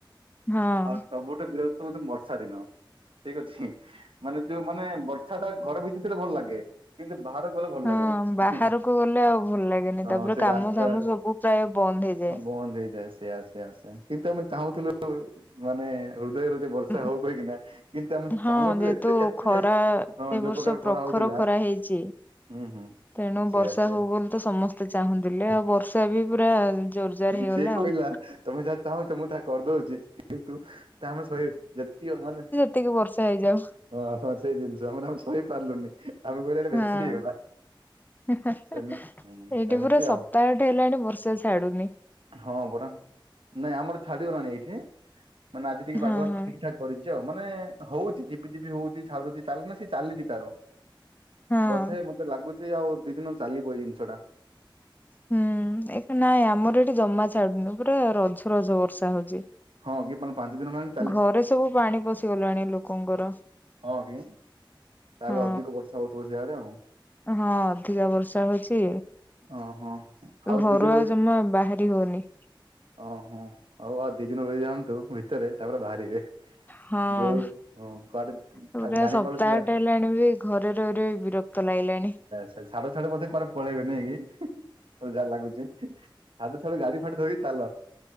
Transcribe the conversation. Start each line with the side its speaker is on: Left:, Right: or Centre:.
Left: ହଁ।
Right: ଆଉ ସବୁଠୁ ବିରକ୍ତ ମତେ ବର୍ଷା ଦିନ। ଠିକ ଅଛି ମାନେ ଯୋଉ ମାନେ ବର୍ଷାଟା ଘର ଭିତରେ ଭଲ ଲାଗେ କିନ୍ତୁ ବାହାର ଭଲ ଭଲ
Left: ହଁ
Right: ଲାଗେନି
Left: ବାହାରକୁ
Right: ହୁଁ ହୁଁ
Left: ଗଲେ ଆଉ ଭଲ ଲାଗେନି ତାପରେ
Right: ହଁ ସେ
Left: କାମ
Right: ରାସ୍ତା
Left: ଧାମ ସବୁ ପ୍ରାୟ ବନ୍ଦ ହେଇଯାଏ।
Right: ହଁ ବନ୍ଦ ହେଇଯାଏ ସେ ଆସ ସେଆ ସେଆ କିନ୍ତୁ ଆମେ ଚାହୁଁଥିଲୁ ମାନେ ହୃଦୟରୁ ଯେ ବର୍ଷା
Left: ଉଁ
Right: ହଉ କହିକି ନା କିନ୍ତୁ ଆମେ
Left: ହଁ
Right: ଚାହୁଁନଥିଲେ
Left: ଯେହେତୁ
Right: ଏତେ ଏତେ
Left: ଖରା
Right: ଏ ହଁ
Left: ଏ
Right: ଯୋଉ
Left: ବର୍ଷ
Right: ପ୍ରକାର
Left: ପ୍ରଖର
Right: ଖରା ହଉଥିଲା
Left: ଖରା
Right: ହୁଁ
Left: ହେଇଛି।
Right: ହୁଁ।
Left: ତେଣୁ
Right: ସେୟା
Left: ବର୍ଷା
Right: ସେୟା
Left: ହଉ ବୋଲି ତ ସମସ୍ତେ ଚାହୁଁଥିଲେ ଆଉ ବର୍ଷା ବି ପୁରା ଜୋରଜାର ହେଇଗଲା
Right: ସିଏ କହିଲା
Left: ଆଉ।
Right: ତମେ ଯାହା ଚାହୁଁଚ ମୁଁ ତାହା କରିଦଉଛି କିନ୍ତୁ ତା ଆମେ ସଏ ଯେତିକି ମାନେ
Left: ଏତିକି ବର୍ଷା ହେଇଯାଉ।
Right: ହଁ ତମେ ସେଇ ଜିନିଷ ମାନେ ଆମେ ସହି ପାରିଲୁନି ଆମକୁ ଏ ଆଡେ
Left: ହଁ।
Right: ବେଶୀ ହେଇଗଲା।
Left: ଏଇଠି
Right: ସେମିତି ହୁଁ ସେମିତି
Left: ପୁରା ସପ୍ତାହଟେ
Right: ଆଉ
Left: ହେଲାଣି ବର୍ଷା ଛାଡୁନି।
Right: ହଁ ପରା ନାଇଁ ଆମର ଛାଡିଗଲାଣି ଏଇଠି ମାନେ ଆଜି ଟିକେ
Left: ହଁ
Right: ପାଗ
Left: ହଁ
Right: ଠିକ ଠାକ୍ କରି ଛି ହଉଛି ମାନେ ହଉଛି ଝିପିଝିପି ହଉଛି ଛାଡୁଛି ଚାଲନା ମାନେ ସେ ଚାଲିଛି ତାର।
Left: ହଁ।
Right: ବଧେ ମତେ ଲାଗୁଚି ଆଉ ଦି ଦିନ ଚାଲିବ ଏଇ ଜିନିଷଟା।
Left: ହୁଁ ଏକ ନାଇଁ ଆମର ଏଠି ଜମା ଛାଡୁନି ପୁରା ରଝ ରଝ ବର୍ଷା ହଉଛି।
Right: ହଁ କିପଣ ମାନେ ପାଞ୍ଚ ଦିନ ନାଣି।
Left: ଘରେ ସବୁ ପାଣି ପଶିଗଲାଣି ଲୋକଙ୍କର।
Right: ହଁ କି ତାହେଲେ
Left: ହଁ
Right: ଅଧିକ ବର୍ଷା ହଉଥବ ସେଆଡେ ଆଉ।
Left: ହଁ ଅଧିକା ବର୍ଷା ହଉଛି।
Right: ଓହୋ
Left: ଘରୁ
Right: ଦି ଦିନ
Left: ଆଉ
Right: ରହି
Left: ଜମା ବାହାରି ହଉନି।
Right: ଓହୋ ଆଉ ଆଉ ଦି ଦିନ ରହି ଯାଆନ୍ତୁ ଭିତରେ ତାପରେ ବାହାରିବେ।
Left: ହଁ
Right: ଯଉ ହଁ। <inaudible>
Left: ପୁରା
Right: ଜାଣିପାରୁଛି
Left: ସପ୍ତାହଟେ
Right: ଆ
Left: ହେଲାଣି ବି ଘରେ ରହି ରହି ବିରକ୍ତ ଲାଗିଲାଣି।
Right: ଛା ଛାଡ ଛଡୁ ବଧେ କା ପଳେଇବେ ନାଇଁ କି ମଜା ଲାଗୁଚ ଛାଡୁ ଛାଡୁ ଗାଡି ଫାଡି ଧରି ଚା।